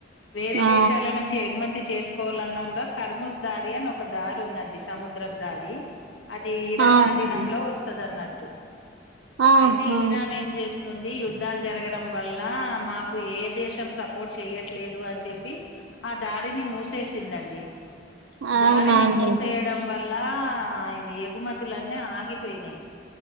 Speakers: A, on the left (about 85°); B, on the right (about 75°).
A: వేరే
B: ఆ
A: దేశాల నుంచి ఎగుమతి చేసు కోవాలన్న గుడా ఖర్మూజ్ దారి అని ఒక దారి ఉందండి సముద్రపు దారి అది ఇరాన్
B: అవునండి
A: అధీనంలో వస్తదన్నట్టు.
B: ఆహా
A: అయితే ఇరాన్ ఏం జేస్తుంది యుద్ధాలు జరగడం వల్ల మాకు ఏ దేశం సపోర్ట్ చెయట్లేదు అన్చెప్పి ఆ దారిని మూసేసిందండి.
B: అవునా
A: దారిని
B: అండి
A: మూసేయడం వల్ ల్లా ఇది ఎగుమతులన్ని ఆగిపోయినయి.